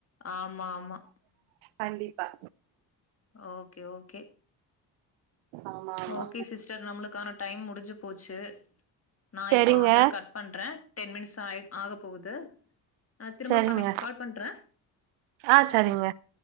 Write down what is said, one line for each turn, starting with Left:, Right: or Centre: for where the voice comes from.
Left: ஆமா ஆமா.
Right: கண்டிப்பா
Left: ஓக்கே ஓக்கே
Right: ஆமா ஆமா
Left: ஓகே சிஸ்டர் நம்மளுக்கான டைம் முடிஞ்சு போச் ச்சு நான்
Right: செரிங்க
Left: இப்ப வந்து கட் பண்றேன் டென் மினிட்ஸ் ஆய் ஆக போகுது ஆஹ திரும்ப
Right: செரிங்க
Left: கனைட் கால் பண்றேன்
Right: ஆ செரிங்க